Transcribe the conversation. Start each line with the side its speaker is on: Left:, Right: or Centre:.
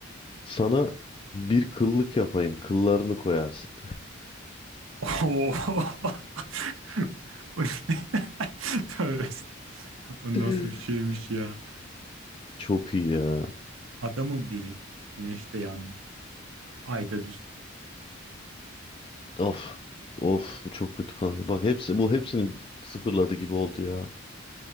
Left: Sana bir kıllık yapayım. Kıllarını koyarsın.
Right: Oo. <laughs> Bu ne? <laughs> Tövbe. estağfurullah. O
Left: <laughs>
Right: nasıl bir şeymiş ya?
Left: Çok iyi ya.
Right: Adamın biri güneşte yanmış. Ayda düz.
Left: Of. Of bu çok kötü kanka. Bak hepsi bu hepsini sıfırladı gibi oldu ya.